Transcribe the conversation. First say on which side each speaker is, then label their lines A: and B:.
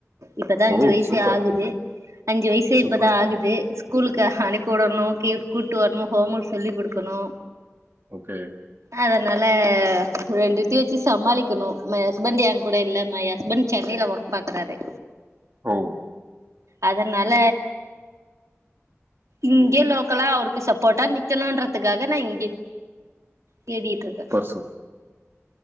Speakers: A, on the right (about 85°); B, on the right (about 50°).
A: இப்பதா அஞ்சு
B: ஓ!
A: வய்சே
B: சூப்பர்,
A: ஆகுது அஞ்சு வய்சே
B: சூப்பர்.
A: இப்பதா ஆகுது ஸ்கூலுக்கு ஆ அனுப்வுடணு கீல்க் கூட்டு வரணு ஹோம் வர்க் சொல்லி் குடுக்கணு
B: ஓகே
A: அதனால ரெண்டெத்தியு வெச்சு சமாளிக்கெணு மை ஹஸ்பண்ட் ஏங்கூட இல்ல மை ஹஸ்பண்ட் சென்னைல வர்க் பாக்குறாரு
B: ஓ
A: அதனால இங்யே லோ கல்லா அவருக்கு சப்போட்டா நிக்கெணுன்றதுக்காக நா இங்கே தேடிட்டு இருக்க
B: சூப்பர்